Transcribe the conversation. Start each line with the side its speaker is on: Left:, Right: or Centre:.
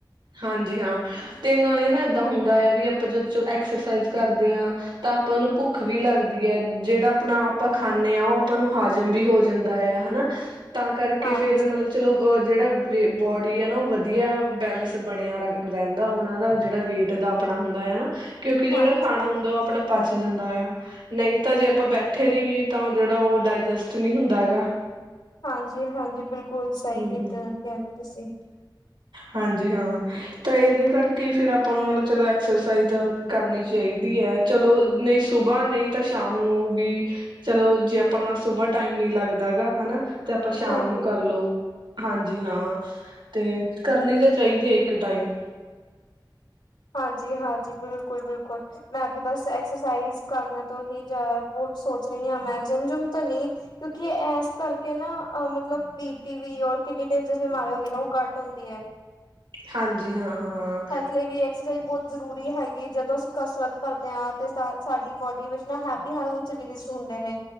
Right: ਹਾਂਜੀ ਹਾਂ ਤੇ ਨਾਲੇ ਨਾ ਏਦਾਂ ਹੁੰਦਾ ਆ ਵੀ ਆਪਾਂ ਜਦ ਐਕਸਰਸਾਈਜ਼ ਕਰਦੇ ਆ ਤਾਂ ਆਪਾਂ ਨੂੰ ਭੁੱਖ ਵੀ ਲੱਗਦੀ ਆ, ਜਿਹੜਾ ਆਪਣਾ ਆਪਾਂ ਖਾਣੇ ਆ ਉਹ ਆਪਾਂ ਨੂੰ ਹਾਜ਼ਮ ਵੀ ਹੋ ਜਾਂਦਾ ਆ ਹਨਾ। ਤਾਂ ਕਰਕੇ
Left: ਹਾਂਜੀ
Right: ਫੇਰ ਮਤਲਬ ਚਲੋ ਜਿਹੜਾ ਬੋਡੀ ਆ ਨਾ ਉਹ ਵਧੀਆ ਬੈਲੈਂਸ ਬਣਿਆ ਰ ਰਹਿੰਦਾ, ਉਹਨਾਂ ਦਾ ਜਿਹੜਾ ਵੇਟ ਦਾ ਆਪਣਾ ਹੁੰਦਾ ਹੈ ਨਾ ਕਿਉਂਕਿ ਜਿਹੜਾ
Left: ਹਾਂਜੀ
Right: ਖਾਣਾ
Left: ਹਾਂਜੀ
Right: ਹੁੰਦਾ, ਉਹ ਆਪਣਾ ਪਚ ਜਾਂਦਾ ਆ। ਨਹੀਂ ਤਾਂ ਜੇ ਆਪਾਂ ਬੈਠੇ ਰਹੀਏ, ਤਾਂ ਉਹ ਜਿਹੜਾ ਉਹ ਡਾਇਜਸਟ ਨਹੀਂ ਹੁੰਦਾ ਹੈਗਾ।
Left: ਹਾਂਜੀ -ਹਾਂਜੀ ਬਿਲਕੁਲ ਬਿਲਕੁੱਲ ਸਹੀ
Right: ਹਮ
Left: ਕੀਤਾ
Right: ਹਮ
Left: ਕਹਿ ਰਹੇ ਹੇ ਤੁਸੀਂ
Right: ਹਾਂਜੀ ਹਾਂ ਤਾਂ ਇਹਦੇ ਕਰਕੇ ਫਿਰ ਆਪਾਂ ਨੂੰ ਮਤਲਬ ਚਲੋ ਐਕ ਐਕਸਰਸਾਈਜ਼ ਕਰਨੀ ਚਾਹੀਦੀ ਹੈ, ਚਲੋ ਨਹੀਂ ਸੁਬਾਹ ਨਹੀਂ ਤਾਂ ਸ਼ਾਮ ਨੂੰ ਵੀ, ਚਲੋ ਜੇ ਆਪਣਾ ਸੁਬਾਹ ਟਾਈਮ ਨੀ ਲੱਗਦਾ ਹੈਗਾ ਹਨਾ। ਤੇ ਆਪਾਂ ਸ਼ਾਮ
Left: ਹਾਂਜੀ
Right: ਨੂੰ ਕਰ ਲਉ। ਹਾਂਜੀ ਹਾਂ ਤੇ ਕਰਨੀ ਤਾਂ ਚਾਹੀਦੀ ਹੈ ਇੱਕ ਟਾਈਮ।
Left: ਹਾਂਜੀ- ਹਾਂਜੀ। ਬਿਲਕੁਲ -ਬਿਲਕੁਲ, ਮੈਂ ਵੀ ਬਸ ਐਕਸਰਸਾਈਜ਼ ਕਰਨ ਤੋਂ ਹੀ ਜਾਇਆ ਬ ਸੋਚ ਰਹੀ ਹਾਂ, ਮੈਂ ਜਿੰਮ ਜੁਮ ਤਾਂ ਨਹੀਂ, ਕਿਉਂਕਿ ਇਸ ਕਰਕੇ ਨਾ ਮਤਲਬ ਬੀ ਪੀ ਵੀ ਔਰ ਕਿੰਨੀ ਡੇਂਜਰਸ ਬਿਮਾਰੀ ਹੁੰਦੀ ਨੇ, ਉਹ ਘੱਟ ਹੁੰਦੀ ਐ।
Right: ਹਾਂਜੀ ਹਾਂ ਹਾਂ।
Left: ਲਈ ਵੀ ਬਹੁਤ ਜ਼ਰੂਰੀ ਹੈਗੀ, ਜਦੋਂ ਅਸੀਂ ਕਸਰਤ ਕਰਦੇ ਹਾਂ, ਤੇ ਸਾਡੀ ਬੋਡੀ ਵਿੱਚ ਨਾ ਹੈਪੀ ਹਾਰਮੋਨਲੀ ਹੁੰਦੇ ਨੇ।